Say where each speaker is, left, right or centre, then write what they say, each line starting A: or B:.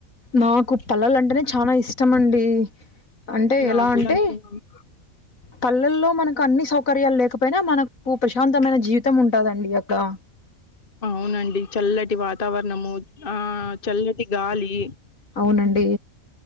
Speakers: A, on the left (about 70°); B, on the left (about 40°).
A: నాకు పల్లెలు అంటేనే చానా ఇష్టంమండి. డి అంటే
B: నాకు
A: ఎలా అంటే.
B: కూడా అంతేనండి
A: పల్లెల్లో మనకు అన్ని సౌకర్యాలు లేకపోయినా, మనక్ కు ప్రశాంతమైన జీవితం ఉంటాదండి అక్కడ.
B: అవునండి చల్లటి వాతావరణము, ఆ చల్లటి గాలి
A: అవునండి.